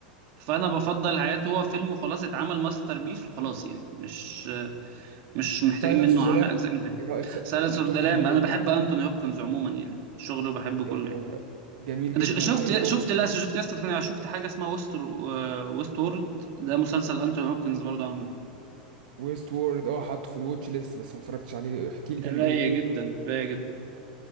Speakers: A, on the right; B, on the right.
A: فانا بفضل الحاجات هو فيلم وخلاص اتعمل ماستر بيس وخلاص يعني مش مش محتاجين
B: سايلنس
A: منه
B: اوف ذا
A: عمل
B: لامب
A: اجزاء من تاني
B: ايه رايك س...
A: سايلنس
B: يعني
A: اوف
B: تحفه
A: ذا لام
B: فنيه
A: انا بحب انتوني هوبكنز عموما يعني شغله بحبه
B: يعني
A: كله
B: هو
A: يعني
B: جميل جدا
A: انت ش- شفت
B: الحقيقه
A: شفت
B: و...
A: لا شفت يا اسطى ثانية، شفت حاجه اسمها ويست ويست وورلد ده مسلسل انتوني هوبكنز برضه عامله
B: ويست وورد اه حاطه في الواتش ليست بس ما اتفرجتش عليه احكي لي كده
A: رايق
B: بيقول ايه
A: جدا رايق جدا